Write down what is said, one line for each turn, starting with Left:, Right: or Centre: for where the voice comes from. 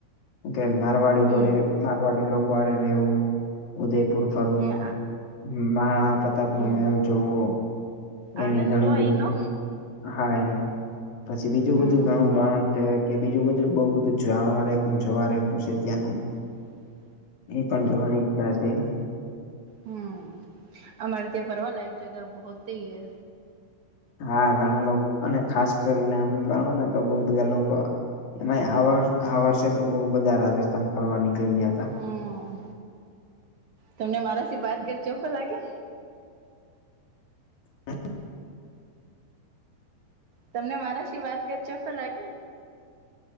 Left: કે મારવાડી
Right: હમ
Left: ઘરે મારવાડી લોકો હારે રહેેવું. ઉદયપુર ફરવું,
Right: હમ
Left: મહારાણા પ્રતાપ
Right: હમ
Left: નો મેહેલ જોવું. એની
Right: આનંદ
Left: ઘણી
Right: લો
Left: બધી
Right: અહીનો
Left: હા એમ. પછી બીજું
Right: હમ
Left: બધું ઘણું રણ છે કે બીજું બધું બવ બધું જાણખું જોવા રખું છે ત્યાંનું.
Right: હ <inaudible>
Left: એ પણ જોવાની ઈચ્છા છે.
Right: હમ અમારે ત્યા ફરવા લાયક જગહ બહતે હૈ.
Left: હા ઘણા લોકો અને ખાસ કરીને આમ ગણો ને તો બહુ બધા લોકો. એમાય આ વર્ષે તો બહુ બધા રાજસ્થાન ફરવા નીકળી ગયા હતા.
Right: હમ તમને મારાથી વાત કર ચોખ્ખો લાગે.
Left: હા <inaudible>
Right: તમને મારા શ વાત કર ચોખ્ખો લાગે.